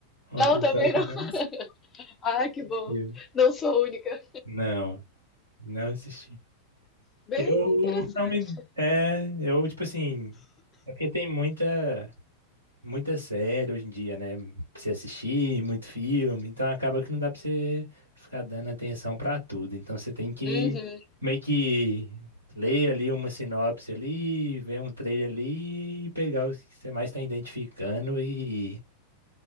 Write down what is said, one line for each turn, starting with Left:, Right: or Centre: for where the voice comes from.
Right: uma
Left: Não,
Right: pessoa
Left: também
Right: que
Left: não.
Right: não
Left: <laughs> Ah, que
Right: assistiu?
Left: bom. Não sou a única.
Right: Não, não assisti.
Left: Bem
Right: Eu
Left: interessante.
Right: não me. É, eu, tipo assim. É porque tem muita. Muita série hoje em dia, né? Pra você assistir, muito filme, então acaba que não dá pra você ficar dando atenção pra tudo. Então você tem que
Left: Uhum,
Right: meio que ler ali uma sinopse ali, ver um trailer ali e pegar os que você mais tá identificando e,